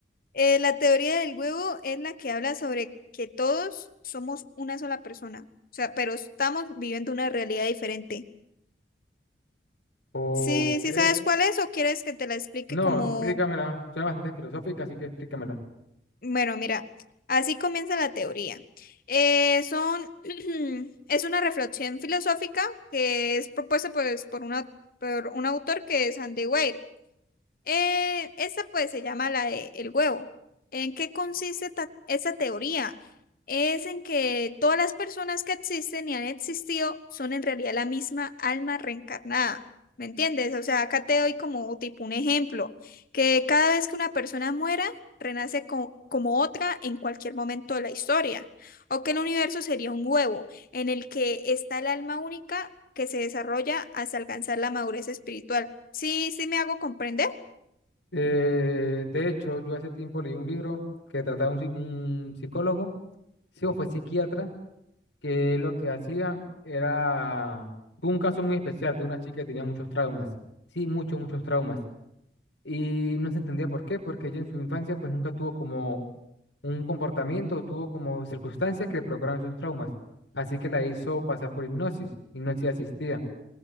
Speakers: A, on the left; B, on the left.
A: Eh, la teoría del huevo es la que habla sobre que todos somos una sola persona, o sea, pero estamos viviendo una realidad diferente.
B: Ok,
A: Sí, sí sabes cuál es o quieres que te la explique
B: no,
A: como,
B: explícamela, suena bastante filosófica, así que explícamela.
A: bueno, mira, así comienza la teoría. Eh, son, <clears throat> es una reflexión filosófica que es propuesta pues, por una, por un autor que es Andy Weir. Eh, esa pues se llama la de el huevo. ¿En qué consiste ta- esa teoría? Es en que todas las personas que existen y han existido son en realidad la misma alma reencarnada. ¿Me entiendes? O sea, acá te doy como tipo un ejemplo, que cada vez que una persona muera, renace co- como otra en cualquier momento de la historia, o que el universo sería un huevo en el que está el alma única que se desarrolla hasta alcanzar la madurez espiritual. Sí, sí me hago comprender.
B: Eh, de hecho, yo hace tiempo leí un libro que trataba un, psi- un psicólogo, sí, o fue psiquiatra, que lo que hacía era fue un caso muy especial de una chica que tenía muchos traumas, sí, muchos, muchos traumas. Y no se entendía por qué, porque ella en su infancia pues nunca tuvo como un comportamiento, tuvo como circunstancias que le provocaran sus traumas. Así que la hizo pasar por hipnosis, hipnosis asistida.